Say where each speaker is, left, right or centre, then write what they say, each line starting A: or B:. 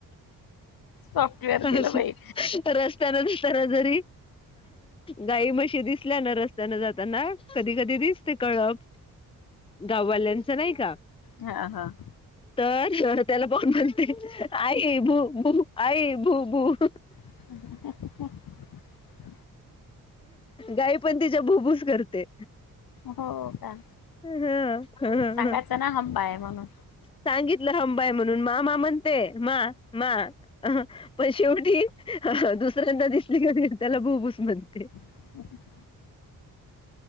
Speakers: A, on the left; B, on the left.
A: सॉफ्टवेअर
B: तर
A: गेलं बाई
B: रस्त्यानं नाही जरा जरी गाई म्हशी दिसल्या ना रस्त्यानं जाताना कधी कधी दिसते कळप. गाववाल्यांचा नाही का
A: हां हां.
B: तर त्याला पाहून म्हणते, आई भू भू आई भू भू.
A: <unintelligible>
B: गाई पण तिच्या भुभुच करते.
A: हो का,
B: हं, हं.
A: सांगायचं ना हंबा हाय म्हणून.
B: सांगितलं हंबाय म्हणून. मामा म्हणते, मा मा. अ पण शेवटी दुसऱ्यांना दिसले की त्याला बुबू च म्हणते
A: <inaudible>